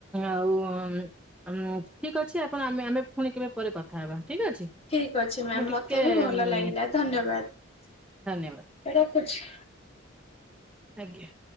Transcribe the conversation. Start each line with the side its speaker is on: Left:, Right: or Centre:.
Centre: ଆଉ ଆମ ଠିକ ଅଛି ଆପଣ ଆମେ ଆମେ ପୁଣି କେବେ ପରେ କଥା ହବା ଠିକ ଅଛି।
Left: ଠିକ ଅଛି ମ୍ୟାମ୍
Centre: ମୁଁ ଟିକେ
Left: ମତେ ବି ଭଲ
Centre: ଉଁ
Left: ଲାଗିଲା ଧନ୍ୟବାଦ
Centre: ଧନ୍ୟବାଦ
Left: ରଖୁଛି।
Centre: ଆଜ୍ଞା।